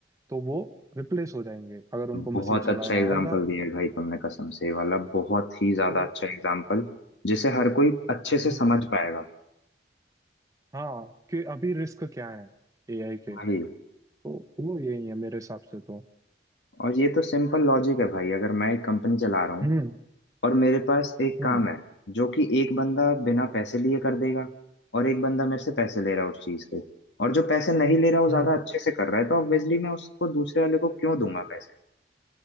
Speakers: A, on the right; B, on the left.
A: तो वो रिप्लेस हो जाएंगे अगर उनको मशीन
B: बहुत
A: चलाना
B: अच्छा एग्जाम्पल
A: आएगा
B: दिया है भाई तुमने कसम से ये वाला बहुत ही ज्यादा
A: तो
B: अच्छा एग्जाम्पल जिसे हर कोई अच्छे
A: हम्म,
B: से समझ पाएगा
A: हाँ कि अभी रिस्क क्या है एआई के
B: भाई
A: तो वो यही है मेरे हिसाब से तो
B: और ये तो सिंपल लॉजिक है भाई अगर मैं एक कंपनी चला रहा हूँ
A: हम्म
B: और मेरे पास एक
A: हम्म
B: काम है जो कि एक बंदा बिना
A: हम्म
B: पैसे लिए कर देगा और एक बंदा मेरे से पैसे ले रहा है उस चीज के और जो पैसे नहीं ले रहा वो
A: हम्म,
B: ज्यादा अच्छे से कर रहा है तो ऑब्वियसली मैं उसको दूसरे वाले को क्यों दूंगा पैसे